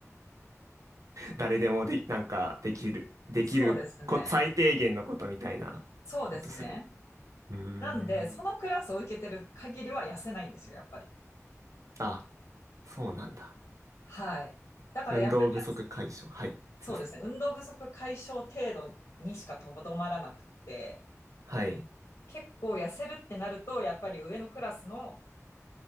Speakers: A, on the right; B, on the left.
A: 誰でもで、なんかできる、できるこ、
B: そうですね。
A: 最低限のことみたいなことする。
B: そうですね。
A: うーん。
B: なんで、そのクラスを受けてる限りは痩せないんですよ、やっぱり。
A: あ、そうなんだ。
B: はい。だからやっぱり、
A: 運動不足解消。
B: や
A: はい、
B: そうですね。
A: すいません。
B: 運動不足解消程度にしかとどまらなくって、
A: はい。
B: 結構痩せるってなると、やっぱり上のクラスの